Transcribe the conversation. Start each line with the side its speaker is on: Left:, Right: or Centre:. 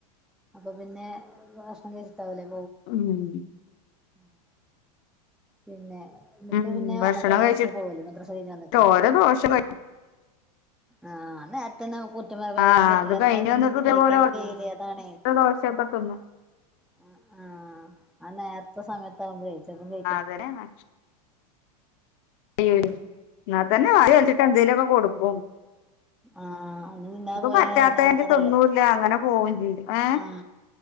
Centre: അപ്പൊ പിന്നെ ഭക്ഷണം കഴ
Left: ഉം
Centre: <unintelligible> പിന്നെ എന്നിട്ട്
Left: ഉം
Centre: പിന്നെ
Left: ഭക്ഷണം
Centre: വന്നിട്ടല്ലേ
Left: കഴിച്ചിട്ട്
Centre: സ്കൂൾ പോവല്ലോ മദ്രസ കഴിഞ്ഞു വന്നിട്ട്
Left: ഓരോ ദോശ കഴിക്കും
Centre: ആ എന്ന വരാൻ
Left: ആഹ്
Centre: പറ്റില്ല
Left: അത് കഴിഞ്ഞ് വന്നിട്ട്
Centre: <unintelligible>
Left: ഇതേപോലെ
Centre: കഴിക്കാനും കഴയൂല്ലേ അതാണെ.
Left: ഓരോ ദോശയൊക്കെ തിന്നും
Centre: ആ ആ ആ നേരത്തെ സമയത്ത് ആകുമ്പോഴേ ചെലപ്പം കഴ
Left: <unintelligible> എന്നാ തന്നെ <unintelligible> എന്തെേലൊക്കെ കൊടുക്ക
Centre: ആ <unintelligible> പോയ
Left: പറ്റാത്തയാണെങ്കി
Centre: ഇടങ്ങറല്ലേ
Left: തിന്നൂല്ല അങ്ങനെ പോവും ചെയ്യും ഏഹ്
Centre: ആ.